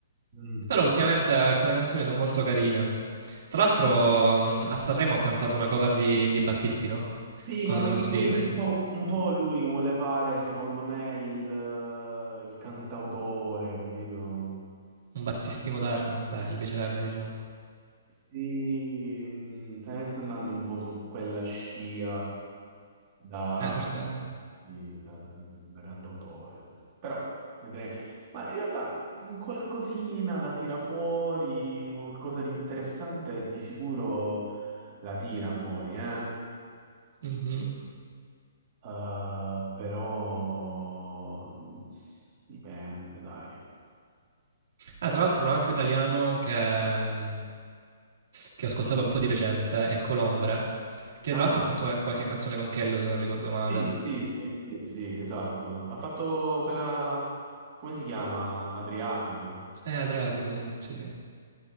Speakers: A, on the right; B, on the right.
A: Mm.
B: Però ultimamente alcune canzoni sono molto carine. Tra l'altro mh, a Sanremo ha cantato una cover di, di Battisti, no?
A: Sì,
B: Con
A: ma perché
B: lo
A: poi
B: Villain.
A: un po', un po' lui vuole fare, secondo me, il, eh, il cantautore, capito?
B: Un Battisti moderno, beh, gli piacerebbe, diciamo.
A: Sì, mm, se ne sta andando un po' su quella scia da,
B: Eh, forse...
A: sì, da- da- da cantautore, però vedremo. Ma in realtà mm, qualcosina la tira fuori, qualcosa di interessante di sicuro la tira fuori, eh?
B: Mhm.
A: Eh, però mm, dipende, dai.
B: Ah, tra l'altro un altro italiano che... mh, che ho ascoltato un po' di recente è Colombre, che
A: Ah.
B: tra l'altro ha fatto una- qualche canzone con Kello se non ricordo male.
A: Sì, sì, sì, sì, sì, esatto. Ha fatto quella, come si chiama? Adriatico.
B: Eh, Adriatico, sì, sì, sì.